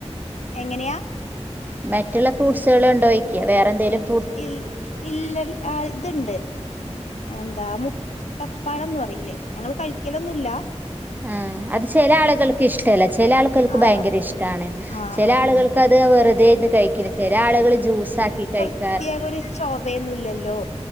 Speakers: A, on the left; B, on the right.
A: എങ്ങനെയാ
B: മറ്റുള്ള ഫ്രൂട്ട്സുകൾ ഉണ്ടോയ്ക്കാ വേറെ എന്തെങ്കലും
A: ഇ ഇല്ല ഇതുണ്ട് എന്താ മു ട്ടപ്പാഴംന്നന്ന് പറയില്ലേ ഞങ്ങള് കഴിക്കലൊന്നു മില്ല
B: ആ അത് ചില ആളുകൾക്ക് ഇഷ്ടമല്ല ചില ആളുകൾക്ക്
A: ആഹ്
B: ഭയങ്കര ഇഷ്ടമാണ്
A: ആഹ്
B: ചില
A: ആഹ്
B: ആളുകൾക്ക്
A: ആഹ്
B: അത് വെറുതന്ന് കഴിക്ക ശരി ആളുകള് ജ്യൂസ ആക്കി കഴിക്ക
A: പ്രത്യാക ഒരു ചെവയൊന്നുംല്ലല്ലോ